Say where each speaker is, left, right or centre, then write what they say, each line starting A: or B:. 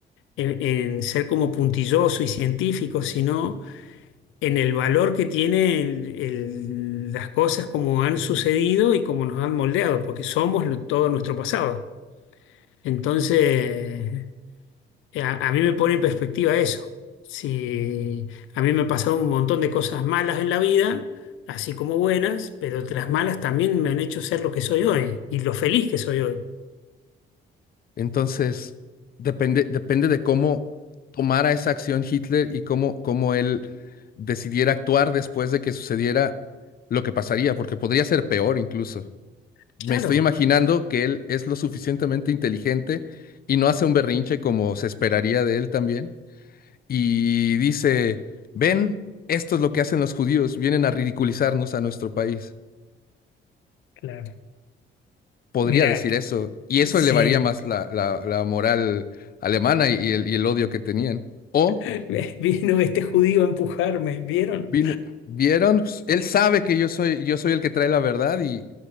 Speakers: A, on the left (about 80°); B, on the left (about 50°).
A: en en ser como puntilloso y científico, sino en el valor que tiene el- el- las cosas como han sucedido y como nos han moldeado, porque somos lo- todo nuestro pasado. Entonces, eh, a, a mí me pone en perspectiva eso. Si a mí me han pasado un montón de cosas malas en la vida, así como buenas, pero las malas también me han hecho ser lo que soy hoy y lo feliz que soy hoy.
B: entonces, depende, depende de cómo tomara esa acción Hitler y cómo, cómo él decidiera actuar después de que sucediera lo que pasaría, porque podría ser peor incluso.
A: Claro,
B: Me estoy imaginando que él es lo suficientemente inteligente y no hace un berrinche como se esperaría de él también y dice, ven, esto es lo que hacen los judíos, vienen a ridiculizarnos a nuestro país.
A: claro.
B: Podría
A: Mirá,
B: decir eso, y eso
A: sí,
B: elevaría más la, la, la moral alemana y el, y el odio que tenían. O
A: <laughs> vino este judío a empujarme, ¿vieron?
B: vino- vieron, pues, él sabe que yo soy, yo soy el que trae la verdad y,